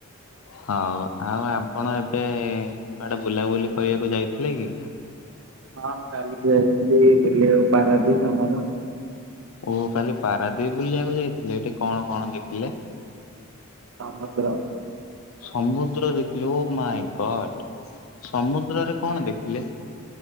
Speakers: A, on the left; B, on the right.
A: ହଉ ଆଉ ଆପଣ ଏବେ କୁଆଡେ ବୁଲାବୁଲି କରିବାକୁ ଯାଇଥିଲେ କି?
B: ହଁ କାଲି ଯାଇଥିଲି ବୁଲିବାକୁ ପାରାଦ୍ୱୀପ ଆମର
A: ଓ କାଲି ପାରାଦ୍ୱୀପ ବୁଲିବାକୁ ଯାଇଥିଲେ ଏଠି କଣ କଣ ଦେଖିଲେ?
B: ସମୁଦ୍ର
A: ସମୁଦ୍ର ଦେଖିଲେ ଓ ମାଇଁ ଗଡ ସମୁଦ୍ରରେ କଣ ଦେଖ ହେଲେ